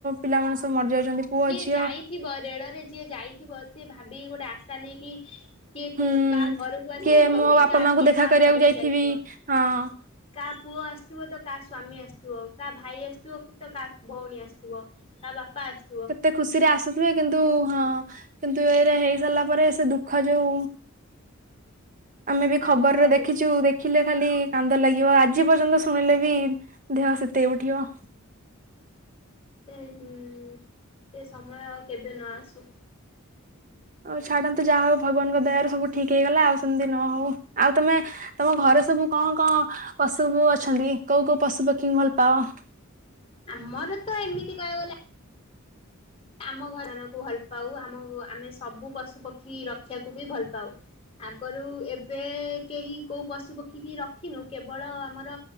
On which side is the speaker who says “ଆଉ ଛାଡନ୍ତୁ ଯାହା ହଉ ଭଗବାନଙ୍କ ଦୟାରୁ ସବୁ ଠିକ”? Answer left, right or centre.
Right